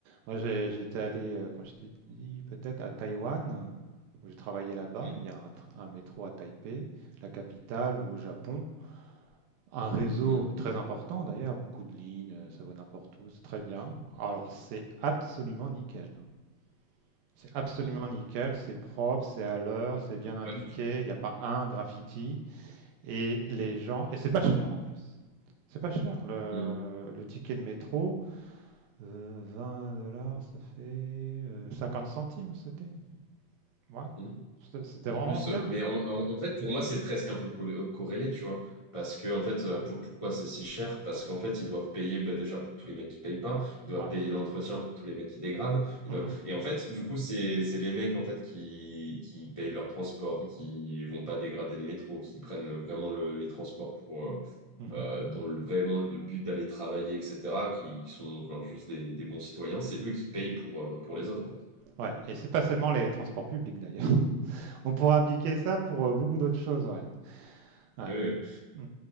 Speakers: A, on the right (about 75°); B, on the left (about 40°).
A: Moi, j'ai- j'étais allé, euh, comme je t'ai dit, peut-être à Taïwan, où j'ai travaillé là-bas.
B: Mm,
A: Il y a un, tr- un métro à Taipei, la capitale, ou au Japon. Un réseau
B: mm,
A: très important d'ailleurs, beaucoup de lignes, euh, ça va n'importe où, c'est très bien. Alors, c'est absolument nickel. hein. C'est absolument
B: mm,
A: nickel, c'est propre, c'est à l'heure, c'est bien indiqué,
B: Pas du tout.
A: il n'y a pas un graffiti. Et les
B: <laughs>
A: gens. Et c'est pas cher en plus. C'est pas cher. Le,
B: Mmh,
A: le ticket de métro, euh, 20 dollars, ça fait euh, 50 centimes, c'était. Ouais.
B: mmh.
A: C'était c'était
B: Et
A: vraiment
B: en plus,
A: bien.
B: euh, mais en, en- en fait, pour moi, c'est presque un peu col- euh, corrélé, tu vois. Parce que, en fait, euh,
A: Ouais.
B: pour- pourquoi c'est si cher? Parce qu'en fait, ils doivent payer bah, déjà pour tous les mecs qui payent pas, ils doivent
A: Ouais.
B: payer l'entretien pour tous les mecs qui dégradent. Ils
A: Mhm,
B: doivent... Et en fait, du coup, c'est c'est les mecs en fait qui, qui payent leur transport, qui vont pas dégrader le métro, qui prennent le- vraiment le- les transports pour euh,
A: mhm.
B: euh, dans le, vraiment le but d'aller travailler, etc., qui, qui sont enfin, juste des, des bons citoyens. C'est eux qui payent pour, euh, pour les autres, en fait.
A: Ouais. Et c'est pas seulement les transports publics d'ailleurs. <laughs> On pourrait appliquer ça pour euh, beaucoup d'autres choses. Ouais. Ouais.
B: Oui,
A: Mm.